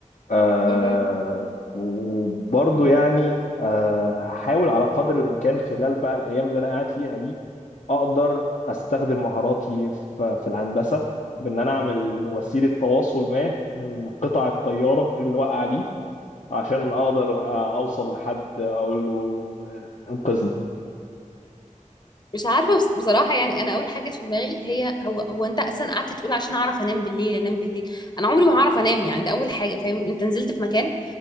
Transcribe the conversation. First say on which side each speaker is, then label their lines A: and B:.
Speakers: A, on the left (about 65°); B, on the left (about 35°).
A: آه
B: مهم.
A: وبرضه يعني آه هحاول على قدر الإمكان خلال بقى الأيام اللي أنا قاعد فيها دي أقدر أستخدم مهاراتي ف- في الهندسة بإن أنا أعمل وسيلة تواصل ما من قطع الطيارة اللي واقعة دي عشان أقدر آه، أوصل لحد أقول له آه، إنقذنا
B: مش عارفة بص- بصراحة يعني أنا أول حاجة جت في دماغي هي هو هو أنت أصلا قعدت تقول عشان أعرف أنام بالليل أنام بالليل أنا عمري ما هعرف أنام يعني ده أول حاجة فاهم أنت نزلت في مكان